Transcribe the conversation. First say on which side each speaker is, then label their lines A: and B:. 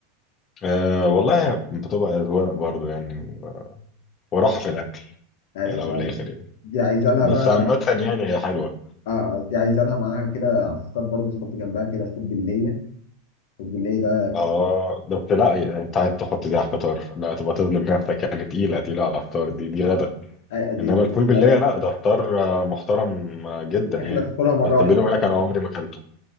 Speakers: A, on the left; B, on the left.
A: آه والله بتبقى اذواق برضو يعني و- وراحه في الاكل
B: يعني
A: لو الاخر
B: دي
A: يعني
B: دي عايزه لها
A: بس
B: بقى
A: عامه يعني هي حلوه
B: اه دي عايزه لها معاها كده على الفطار برضه تحط جنبها كده فول بالليه الفول بالليه ده
A: اه بس لا يعني انت عايز تحط دي على الفطار لا تبقى تظلم نفسك يعني تقيله تقيله على الفطار دي دي غدا
B: آه، دي
A: انما الفول
B: مش
A: بالليل
B: غدا
A: لا ده فطار آه، محترم آه، جدا
B: دي
A: يعني
B: اكله تاكلها مره
A: بس
B: واحده
A: بيني وبينك انا عمري ما اكلته